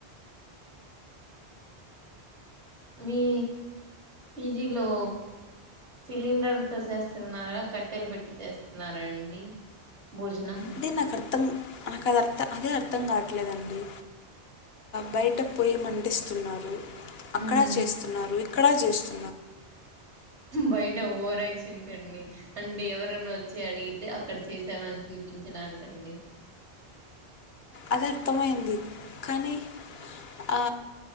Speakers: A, on the right (about 90°); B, on the left (about 70°).
A: మీ పిజిలో సిలిండర్ తొ చేస్తున్నారా కట్టెలు పెట్టి చేస్తున్నారా అండి భోజనం
B: అదే నాకు అర్థం నాకు అద అర్థం అదే అర్థం దం కావట్లేదండి బయట పోయి మంటిస్తున్నారు అక్కడ
A: ఉమ్
B: చేస్తున్నారు ఇక్కడ చేస్తు
A: బయట ఓవరక్షనకండి అండి ఎవరనా వచ్చి అడిగితే అక్కడ చేసామని చూపించడానికండి
B: అదె అర్థమయింది కానీ ఆ,